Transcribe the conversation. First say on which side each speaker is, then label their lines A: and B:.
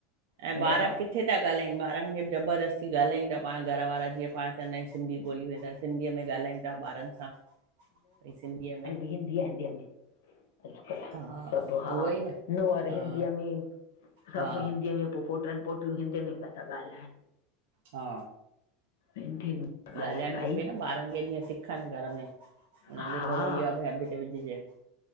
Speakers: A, on the right (about 70°); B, on the left (about 85°).
A: ऐं
B: हीअं
A: ॿार
B: असां
A: किथे था ॻाल्हाइन ॿारन खे बि ज ज़बरदस्ती ॻाल्हायूं था पाण घर वारा जीं पाण चंदाय सिंधी ॿोली वदाय सिंधीअ में ॻाल्हायूं। चा ॿारन सां भई सिंधीअ में
B: ईंदी आ, हिंदी में अजकल
A: हा
B: सभ हा
A: उहो ई न
B: नूअर
A: हा
B: हिंदीअ में सभ
A: हा
B: हिंदीअ में पोट्रन पोट्रीयूं हिंदियुन पि था ॻाल्हाइन
A: हा
B: हिंदियुनि में था ॻाल्हाइनि
A: ॻाल्हाइण
B: भाई
A: खपे न ॿारन खे जीअं सिखण घर में हुनन
B: हा
A: खे थोरो इह हेबिट विझजे।